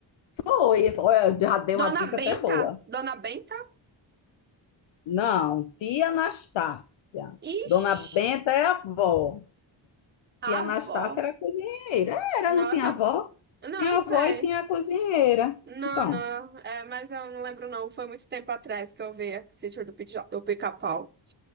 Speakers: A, on the left; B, on the right.
A: Foi, foi, eu já dei uma
B: Dona
A: dica até
B: Benta?
A: boa.
B: Dona Benta?
A: Não, tia Anastácia.
B: Ixi,
A: Dona Benta é a avó.
B: a
A: Tia Anastácia
B: avó.
A: era cozinheira. É, Era,
B: Nossa,
A: não tinha avó?
B: não,
A: Tinha
B: eu
A: avó
B: sei.
A: e tinha cozinheira.
B: Não,
A: Então,
B: não, é, mas eu não lembro não. Foi muito tempo atrás que eu vi Sítio do Pica- do Pica-Pau.